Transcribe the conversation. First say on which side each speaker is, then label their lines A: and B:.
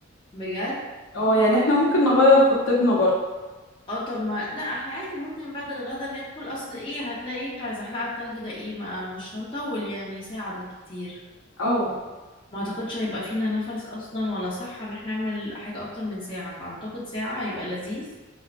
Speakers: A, on the left; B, on the left.
A: بجد
B: اه يعني احنا ممكن نغير خطتنا برضه
A: اه طب ما لا احنا عادي ممكن بعد الغدا ندخل اصل ايه هتلاقي بتاع زحلقة التلج ده ايه ما مش هنطول يعني ساعة بالكتير
B: اه
A: ما اعتقدش هيبقى فينا نفس اصلا ولا صحة ان احنا نعمل حاجة اكتر من ساعة فاعتقد ساعة هيبقى لذيذ